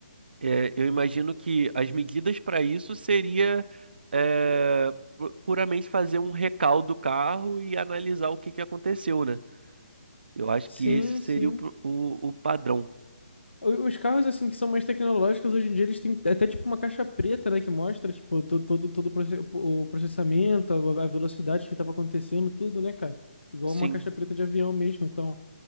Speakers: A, on the right; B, on the left.
A: é, eu imagino que as medidas para isso seria é, pu- puramente fazer um recall do carro e analisar o que que aconteceu, né? Eu acho
B: Sim,
A: que esse seria
B: sim.
A: o, pro- o, o padrão.
B: O- Os carros assim que são mais tecnológicos hoje em dia eles têm até tipo uma caixa preta, né, que mostra tipo to- todo todo o proce- o processamento, a a velocidade que estava acontecendo, tudo, né, cara? Igual
A: Sim,
B: uma caixa preta de avião mesmo. Então,